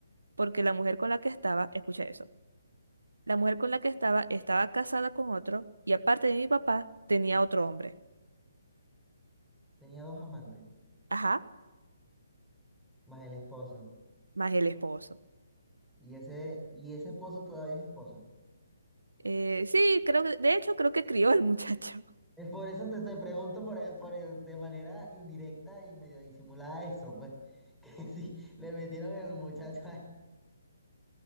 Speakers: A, on the right (about 75°); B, in the centre.
A: porque la mujer con la que estaba, escucha eso, la mujer con la que estaba estaba casada con otro y aparte de mi papá tenía otro hombre,
B: Tenía dos amantes,
A: ajá,
B: más el esposo,
A: más el esposo.
B: y ese, y ese esposo todavía es esposo.
A: Eh, sí, creo que, de hecho creo que crió al muchacho. <laughs>
B: Es por eso te, te pregunto por, eh, por- eh, de manera indirecta y medio disimulada eso, pues, <laughs> que sí, le metieron el muchacho, ay,